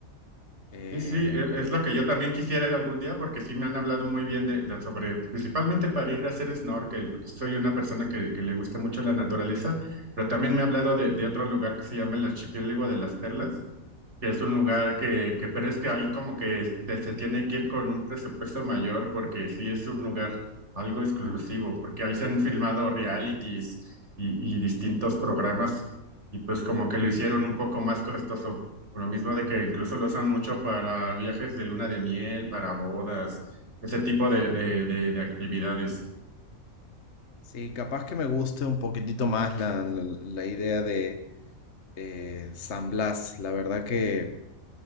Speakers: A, on the left; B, on the right.
A: Eh,
B: Sí, sí, e- es lo que yo también quisiera ir algún día porque sí me han hablado muy bien de, de- sobre, principalmente para ir a hacer snorkel, porque soy una persona que, que le gusta mucho la naturaleza, pero también me ha hablado de, de otro lugar que se llama el Archipiélago de las Perlas que es un lugar que, que pero es que ahí como que este, se tiene que ir con un presupuesto mayor porque sí es un lugar algo exclusivo, porque ahí se han filmado realities y, y distintos programas y pues como que lo hicieron un poco más costoso, por lo mismo de que incluso lo usan mucho para viajes de luna de miel, para bodas, ese tipo de, de, de, de actividades.
A: Sí, capaz que me guste un poquitito más la, la- la idea de eh, San Blas. La verdad que,